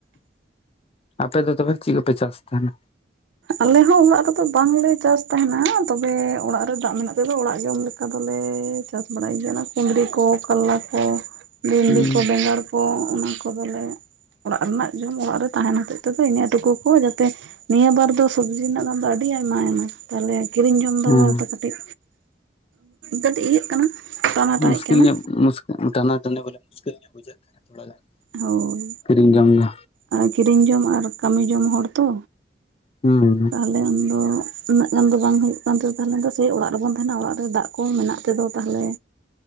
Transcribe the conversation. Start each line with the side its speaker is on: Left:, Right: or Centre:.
Left: ᱟᱯᱮ ᱫᱚ ᱛᱚᱵᱮ ᱪᱮᱫ ᱠᱚᱯᱮ ᱪᱟᱥ ᱛᱟᱦᱮᱱᱟ?
Right: ᱟᱞᱮ ᱦᱚᱸ ᱚᱲᱟᱜ ᱨᱮᱫᱚ ᱵᱟᱝ ᱞᱮ ᱪᱟᱹᱥ ᱛᱟᱦᱮᱱᱟ, ᱛᱚᱵᱮ ᱚᱲᱟᱜ ᱨᱮ ᱫᱟᱜ ᱢᱮᱱᱟᱜ ᱛᱮᱫᱚ ᱚᱲᱟᱜ ᱡᱚᱢ ᱞᱮᱠᱟ ᱫᱚᱞᱮ ᱪᱟᱥ ᱵᱟᱲᱟᱭ ᱜᱮ ᱠᱩᱫᱽᱨᱤ ᱠᱚ, ᱠᱟᱞᱞᱟ ᱠᱚ, ᱵᱷᱮᱱᱰᱤ
Left: ᱦᱩᱸ
Right: ᱠᱚ, ᱵᱮᱜᱟᱹᱲ ᱠᱚ, ᱠᱚ ᱚᱱᱟ ᱠᱚᱫᱚ ᱞᱮ ᱚᱲᱟᱜ ᱨᱮᱱᱟᱜ ᱡᱚᱢ ᱚᱲᱟᱜ ᱨᱮ ᱛᱟᱦᱮᱱ ᱦᱚᱛᱮᱫ ᱛᱮᱜᱮ, ᱤᱱᱟᱹ ᱴᱩᱠᱩ ᱠᱚ ᱡᱟᱛᱮ ᱱᱤᱭᱟᱹ ᱵᱟᱨ ᱫᱚ ᱥᱚᱵᱽᱡᱤ ᱨᱮᱱᱟᱜ ᱫᱟᱢ ᱫᱚ ᱟᱹᱰᱤ ᱟᱭᱢᱟ ᱟᱭᱢᱟ ᱛᱟᱦᱞᱮ ᱠᱤᱨᱤᱧ ᱡᱚᱢ ᱫᱚ
Left: ᱦᱮᱸ
Right: ᱠᱟᱹᱴᱤᱡ ᱠᱟᱴᱤᱡ ᱤᱭᱟᱹᱜ ᱠᱟᱱᱟ᱾ ᱴᱟᱱᱟᱴᱟᱱᱤᱜ
Left: ᱩᱸᱦ ᱢᱩᱥᱠᱤᱞ
Right: ᱠᱟᱱᱟ
Left: ᱧᱚᱜ ᱢᱩᱥᱠᱤ, ᱴᱟᱱᱟ ᱴᱟᱹᱱᱤ ᱵᱚᱞᱮ ᱢᱩᱥᱠᱤᱞ ᱧᱚᱜ ᱵᱩᱡᱷᱟᱹᱜ ᱠᱟᱱᱟ ᱛᱷᱚᱲᱟ ᱜᱟᱱ᱾
Right: ᱦᱳᱭ!
Left: ᱠᱤᱨᱤᱧ ᱡᱚᱢ ᱫᱚ
Right: ᱟᱨ ᱠᱤᱨᱤᱧ ᱡᱚᱢ ᱟᱨ ᱠᱟᱢᱤ ᱡᱚᱝ ᱦᱚᱲ ᱛᱚ᱾
Left: ᱦᱩᱸ
Right: ᱞᱟᱹᱤᱱ ᱫᱚᱜ ᱩᱱᱟᱹᱜ ᱜᱟᱱ ᱫᱚ ᱵᱟᱝ ᱦᱩᱭᱩᱜ ᱠᱟᱱᱛᱮ, ᱛᱟᱦᱮᱞᱮ ᱫᱚ ᱥᱟᱹᱭ ᱚᱲᱟᱜ ᱨᱮᱵᱚᱱ ᱛᱟᱦᱮᱸᱱᱟ ᱚᱲᱟᱜ ᱨᱮ ᱫᱟᱜ ᱠᱚ ᱢᱮᱱᱟᱜ ᱛᱮᱫᱚ ᱛᱟᱦᱚᱞᱮ